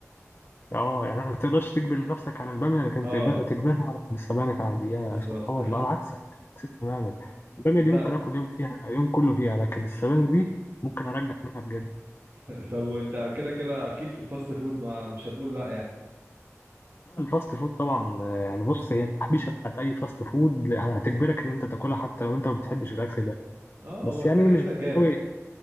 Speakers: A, on the left (about 45°); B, on the right (about 60°).
A: اه يعني ما تقدرش تجبر نفسك على الباميه لكن
B: اه
A: تجب- تجبرها على السبانخ عادي يا
B: بالظبط
A: سبحان
B: <laughs>
A: الله انا عكسك عكسك تماما الباميه
B: انت
A: دي ممكن اكل يوم فيها يوم كله فيها لكن السبانخ دي ممكن ارجع منها بجد
B: <laughs> طب وانت كده كده اكيد في الفاست فود ما مش هتقول لا يعني
A: لا، الفاست فود طبعا آه، يعني بص هي التحبيشه بتاعت اي فاست فود هتجبرك ان انت تاكلها حتى لو انت ما بتحبش الاكل ده
B: اه
A: بس
B: هو
A: يعني
B: كده
A: مش
B: كده جامد
A: قوي